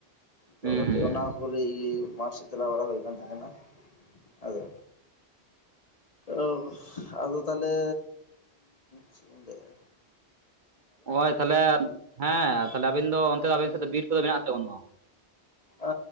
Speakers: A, on the left (about 35°); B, on the right (about 50°).
A: ᱛᱚ
B: ᱦᱩᱸ
A: ᱠᱟᱹᱴᱤᱡ
B: ᱦᱩᱸ
A: ᱚᱱᱟ ᱯᱚᱨᱮ ᱤᱭᱟᱹ ᱢᱟᱴ ᱥᱮᱫ ᱪᱟᱞᱟᱣ ᱵᱟᱲᱟ ᱦᱩᱭ ᱠᱟᱱ ᱛᱟᱸᱦᱮ ᱠᱟᱱᱟ᱾ ᱟᱫᱚ ᱳ ᱟᱫᱚ ᱛᱟᱦᱚᱞᱮ ᱪᱮ ᱤᱧ ᱞᱟᱹᱭᱟ?
B: ᱚᱸᱭ ᱛᱟᱦᱚᱞᱮ ᱦᱮᱸ ᱛᱟᱦᱚᱞᱮ ᱟᱵᱤᱱ ᱫᱚ ᱚᱱᱛᱮ ᱫᱚ ᱟᱵᱮᱱ ᱥᱮᱫ ᱫᱚ ᱵᱤᱨ ᱠᱚᱫᱚ ᱢᱮᱱᱟᱜᱼᱟ ᱥᱮ ᱵᱟᱹᱱᱩᱜᱼᱟ?
A: ᱟ